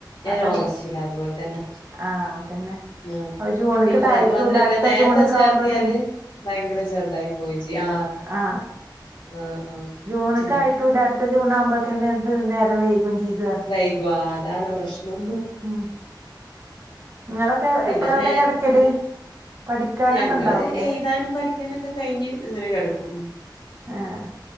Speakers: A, on the left (about 65°); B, on the right (about 30°).
A: ഞാൻ
B: അപ്പം
A: ഓഗസ്റ്റലിൽ അതുപോലെ തന്നെ.
B: ആഹ് അതന്നെ.
A: ആഹ്
B: അപ്പൊ ജൂണക്ക്ടായിട്ടൂല്ല
A: പിന്നെ അതു മാത്രല്ല
B: അടുത്ത
A: നേരത്തെ
B: ജൂണക്ക്
A: ചേർത്തിയാല്
B: ആവുമ്പോഴക്കന്നെ
A: ഭയങ്കര ചെറുതായി പോവുകയും ചെയ്യും. ആഹ്
B: ആഹ്
A: ആഹ് ആഹ്
B: ഉണക്ക്
A: ഉം
B: ആയിട്ടില്ല അടുത്ത ജൂണ് ആകുമ്പോക്ക്‌നും നേരം വൈകും ചെയ്യും.
A: വൈകും ആഹ് അതാണ് പ്രശ്നം.
B: ഉം നിങ്ങളൊക്കെ
A: പിന്നെ
B: എപ്പളാ
A: നേരത്തെ
B: അവിടെ കിടക്കല് പഠിക്കാനൊക്കെ
A: ഞങ്ങള്
B: ഉണ്ടാവൂല്ലേ
A: എഴുതാനും പഠി പഠിക്കാനൊക്കെ കഴിഞ്ഞ് അങ്ങനെ കിടക്കും.
B: ആഹ്